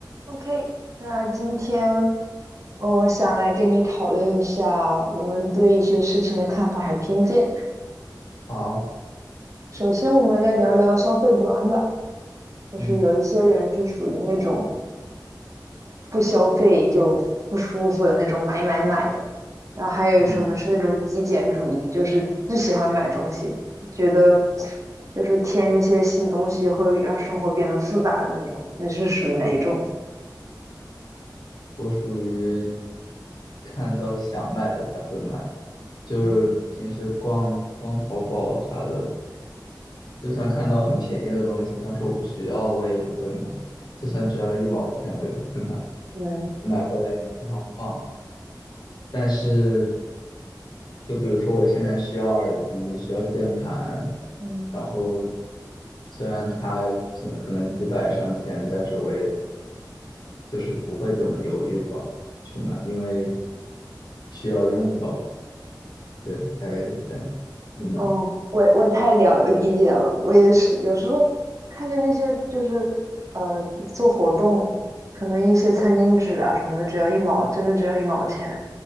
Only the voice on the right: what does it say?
OK，那今天我想来跟你讨论一下我们对一些事情的看法和偏见。
首先，我们来聊聊消费观吧，就是有一些人是属于那种
不消费就不舒服的那种买买买的，然后还有一种呢是那种极简主义，
就是不喜欢买东西，觉得就是添一些新东西会让生活变得复杂的那种。你是属于哪一种？
嗯
嗯
嗯。
嗯。
哦，我我太了理解了，我也是。有时候看见那些就是呃做活动，可能一些餐巾纸啊什么的，只要一毛，真的只要一毛钱。